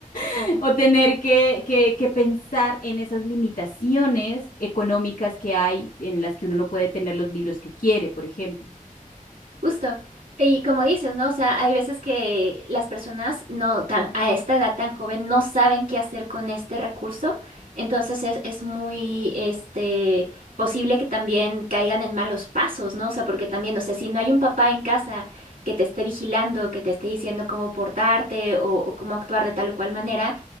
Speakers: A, on the left; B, on the right.
A: <laughs> O tener que, que- que pensar en esas limitaciones económicas que hay en las que uno no puede tener los libros que quiere, por ejemplo.
B: Justo. Y como dices, ¿no? O sea, hay veces que las personas no tan, a esta edad tan joven no saben qué hacer con este recurso. Entonces es, es muy este posible que también caigan en malos pasos, ¿no? O sea, porque también, o sea, si no hay un papá en casa que te esté vigilando, que te esté diciendo cómo portarte o, o cómo actuar de tal o cual manera,